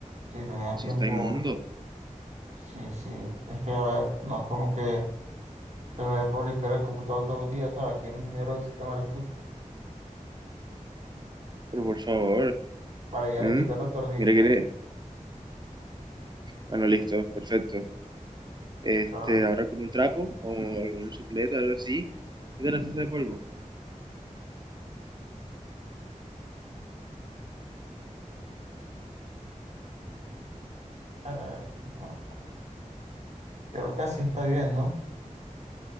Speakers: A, on the right; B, on the right.
A: si tenía
B: Eso
A: tiempo,
B: está inmundo,
A: sí, sí. Es que, a ver, no es como que te me dé por limpiar el computador todos los días, ¿sabes? Aquí el ingeniero del sistema eres tú.
B: pero por favor,
A: Vale, ya
B: ¿Mm?
A: le quité los tornillos.
B: Mira, mira. Bueno, listo, perfecto. Este,
A: Pero,
B: ahora con un trapo o algún soplete algo así, quítale el exceso de polvo.
A: eh, no, creo que así está bien, ¿no?